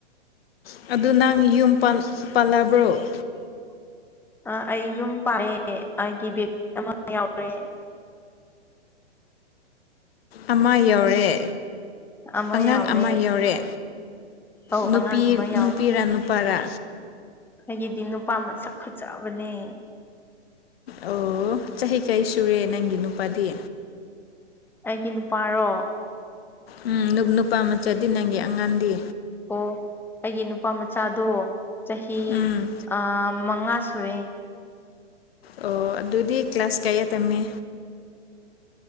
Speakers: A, on the left; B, in the centre.
A: ꯑꯗꯨ ꯅꯪ ꯌꯨꯝ
B: <unintelligible>
A: ꯄꯥꯜꯂꯕ꯭ꯔꯣ
B: ꯑ ꯑꯩ ꯌꯨꯝ ꯄꯥꯛꯑꯦ ꯑꯩꯒꯤ ꯕꯦꯕꯤ ꯑꯃ ꯌꯥꯎꯔꯦ
A: ꯑꯃ ꯌꯥꯎꯔꯦ
B: ꯑꯃ
A: ꯑꯉꯥꯡ
B: ꯌꯥꯎꯔꯦ
A: ꯑꯃ ꯌꯥꯎꯔꯦ
B: ꯑꯧ
A: ꯅꯨꯄꯤ
B: ꯑꯉꯥꯡ ꯑꯃ ꯌꯥꯎꯔꯦ
A: ꯅꯨꯄꯤꯔꯥ ꯅꯨꯄꯥꯔꯥ
B: ꯑꯩꯒꯤꯗꯤ ꯅꯨꯄꯥ ꯃꯁꯛ ꯐꯖꯕꯅꯦ
A: ꯑꯣ ꯆꯍꯤ ꯀꯔꯤ ꯁꯨꯔꯦ ꯅꯪꯒꯤ ꯅꯨꯄꯥꯗꯤ
B: ꯑꯩꯒꯤ ꯅꯨꯄꯥꯔꯣ
A: ꯎ ꯅꯨ ꯅꯨꯄꯥ ꯃꯆꯥꯗꯤ ꯅꯪꯒꯤ ꯑꯉꯥꯡꯗꯤ
B: ꯑꯣ ꯑꯩꯒꯤ ꯅꯨꯄꯥ ꯃꯆꯥꯗꯣ ꯆꯍꯤ
A: ꯎꯝ
B: ꯑꯥ ꯃꯉꯥ ꯁꯨꯔꯦ
A: ꯑꯣ ꯑꯗꯨꯗꯤ ꯀ꯭ꯂꯥꯁ ꯀꯌꯥ ꯇꯝꯃꯦ